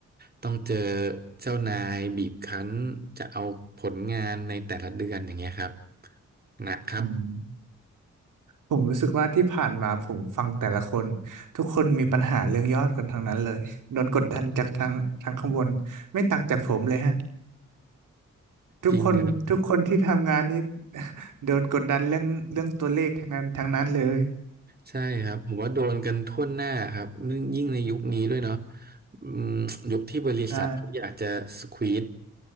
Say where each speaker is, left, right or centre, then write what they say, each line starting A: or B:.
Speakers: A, on the right; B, on the right.
A: ต้องเจอเจ้านายบีบคั้นจะเอาผลงานในแต่ละเดือนอย่างเงี้ยครับหนักครับ
B: อืม ผมรู้สึกว่าที่ผ่านมาผมฟังแต่ละคนทุกคนมีปัญหาเรื่องยอดกันทั้งนั้นเลยโดนกดดันจากทางทางข้างบนไม่ต่างจากผมเลยฮะทุกคนทุกคนที่ทำงานนี่
A: จริงครับ
B: <laughs> โดนกดดันเรื่องเรื่องตัวเลขทั้งนั้นทั้งนั้นเลย
A: ใช่ครับผมว่าโดนกันทั่วหน้าครับนึ่งยิ่งในยุคนี้ด้วยเนาะ
B: อืม
A: อืมยุคที่บริษัทเขาอยากจะสควีซ
B: ใช่